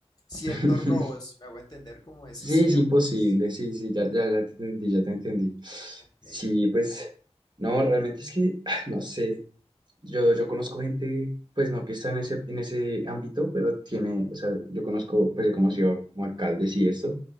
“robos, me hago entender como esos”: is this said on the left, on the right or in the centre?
Left